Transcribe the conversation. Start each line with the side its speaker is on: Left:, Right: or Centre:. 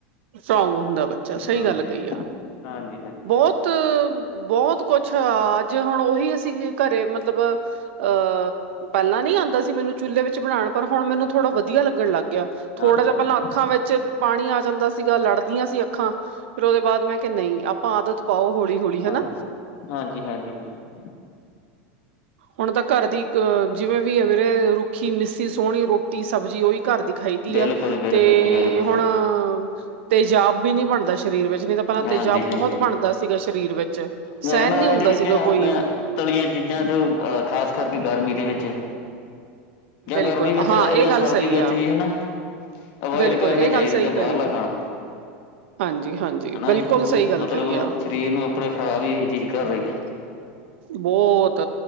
Right: ਸਟਰੋਂਗ ਹੁੰਦਾ ਬੱਚਾ, ਸਹੀ
Left: ਹਾਂਜੀ
Right: ਗੱਲ ਕਹੀ ਆ।
Left: ਹਾਂਜੀ, ਹਾਂਜੀ
Right: ਬਹੁਤ, ਬਹੁਤ ਕੁਛ ਅ ਅੱਜ ਹੁਣ ਉਹੀ ਅਸੀਂ ਘਰੇ ਮਤਲਬ ਅਹ ਪਹਿਲਾਂ ਨੀਂ ਆਂਦਾ ਸੀ। ਮੈਨੂੰ ਚੁੱਲੇ ਵਿੱਚ ਬਨਾਨਾ ਪਰ ਹੁਣ ਮੈਨੂੰ ਥੋੜਾ ਵਧੀਆ ਲੱਗਣ ਲੱਗ ਗਿਆ। ਥੋੜਾ
Left: ਹਾਂਜੀ
Right: ਜਾ
Left: ਹਾਂਜੀ
Right: ਪਹਿਲਾਂ ਅੱਖਾਂ ਵਿੱਚ ਪਾਣੀ ਆ ਜਾਂਦਾ ਸੀਗਾ, ਲੜਦੀਆਂ ਸੀ ਅੱਖਾਂ ਫਿਰ ਉਦੇ ਬਾਅਦ ਮੈਂ ਕਿਹਾ- ਨਹੀਂ, ਆਪਾਂ ਆਦਤ ਪਾਓ ਹੌਲ਼ੀ, ਹੌਲ਼ੀ ਹਨਾ।
Left: ਹਾਂਜੀ ਹਾਂਜੀ, ਹਾਂਜੀ, ਹਾਂਜੀ
Right: ਹੁਣ ਤਾਂ ਘਰ ਦੀ ਅ ਜਿਵੇਂ ਵੀ ਹੈ ਵੀੇਰੇ, ਰੁੱਖੀ, ਮਿਸੀ ਸੋਣੀ ਰੋਟੀ, ਸਬਜ਼ੀ ਉਹੀ ਘਰ ਦੀ ਖਾਈ ਦੀ
Left: ਬਿਲਕੁਲ
Right: ਆ
Left: ਬਿਲਕੁਲ
Right: ਤੇ
Left: ਜੀ ਬਿਲਕੁਲ
Right: ਹੁਣ ਤੇਜ਼ਾਬ ਬੀ ਨੀ ਬਣਦਾ ਸਰੀਰ ਵਿੱਚ ਨ‌ਈ ਤੇ ਹਾਂ, ਤੇਜ਼ਾਬ
Left: ਹਾਂਜੀ ਹਾਂਜੀ
Right: ਬਹੁਤ ਬਣਦਾ ਸੀਗਾ ਸ਼ਰੀਰ ਵਿੱਚ
Left: ਮੈਂ
Right: ਸਹਿਣ
Left: ਕਹਿੰਦਾ
Right: ਨੀ ਹੁੰਦਾ
Left: ਇਹ ਜਿਹੜੀਆਂ
Right: ਸੀਗਾ
Left: ਆਪਣੇ
Right: ਕੋਈ
Left: ਤਲੀਆਂ ਚੀਜ਼ਾਂ ਜੋ ਅਹ ਖਾਸ ਕਰਕੇ ਗਰਮੀ ਦੇ ਵਿੱਚ ਜਾਂ
Right: ਬਿਲਕੁਲ
Left: ਗਰਮੀ ਵਿੱਚ
Right: ਹਾਂ
Left: ਲਾ ਲਓ
Right: ਇਹ
Left: ਜਾਂ
Right: ਗੱਲ
Left: ਸਰਦੀ
Right: ਸਹੀ
Left: ਵਿੱਚ
Right: ਆ
Left: ਵੀ ਹਨਾ ਅਵੋਇਡ
Right: ਬਿਲਕੁਲ
Left: ਕਰਨੇ
Right: ਇਹ
Left: ਚਾਈਦੇ
Right: ਗੱਲ ਸਹੀ
Left: ਤਾਂ ਬਾਹਰਲਾ
Right: ਕਹੀ
Left: ਖਾਣਾ
Right: ਹਾਂਜੀ ਹਾਂਜੀ
Left: ਹਨਾ
Right: ਬਿਲਕੁਲ
Left: ਜੀ। ਉਹ
Right: ਸਹੀ ਗੱਲ
Left: ਮਤਲਬ
Right: ਕਹੀ ਆ
Left: ਸ਼ਰੀਰ ਨੂੰ ਆਪਣੇ ਖ਼ਰਾਬ ਹੀ ਇਹ ਚੀਜ਼ ਕਰ ਰਹੀ ਹੈ।
Right: ਬੌਤ